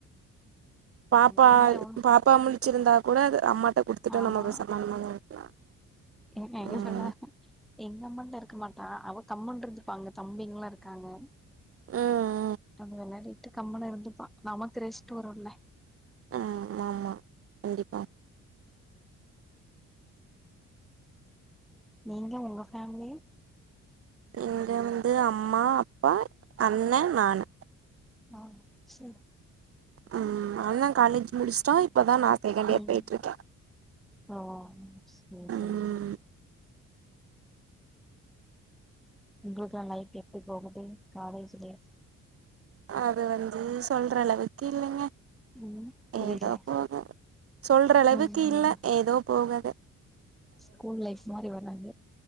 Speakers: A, on the right; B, in the centre.
A: பாப்பா
B: நீங்களே எவ்ளோ
A: பாப்பா முழ்ச்சிருந்தா கூட அது அம்மாட்ட குடுத்துட்டு
B: ஆமா
A: நம்ம பேசாம அம்மாங்க இருக்கலா
B: என்ன எங்க
A: ம்
B: சொல்ற எங்க அம்மாட்ட இருக்க மாட்டா அவ கம்முன்ருந்துப்பா அங்க தம்பிங்லா இருக்காங்க
A: ம்
B: நம்ம வெளாடிட்டு கம்முனு இருந்துப்பா நமக்கு ரெஸ்ட்டு வருல்ல
A: ஆ ஆமா கண்டிப்பா
B: நீங்க உங்க ஃபேம்லி
A: இங்க வந்து அம்மா அப்பா அண்ண நானு
B: ஆ செரி
A: ம் அண்ண காலேஜ் முடிச்டா இப்பதா நா செகெண்ட் இயர்
B: ம்
A: பேயிட்ருக்கே
B: ஓ சேர் செரிங்க
A: ம்
B: உங்ளுக்லா லைஃப் எப்டி போகுது காலேஜுலேஃப்
A: அது வந்து சொல்ற அளவுக்கு இல்லைங்க
B: ம் புரியல
A: ஏதோ போது சொல்ற அளவுக்கு
B: ம் ம்
A: இல்ல ஏதோ போகது
B: ஸ்கூல் லைஃப் மாறி வராது